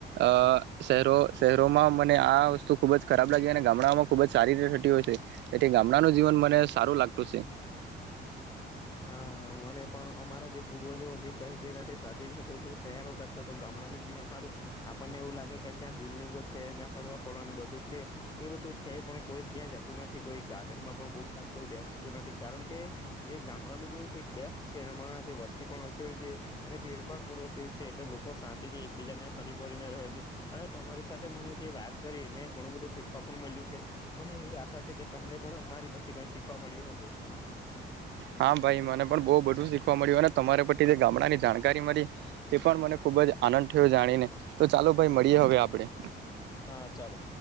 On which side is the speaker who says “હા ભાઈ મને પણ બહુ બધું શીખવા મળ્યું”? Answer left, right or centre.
Right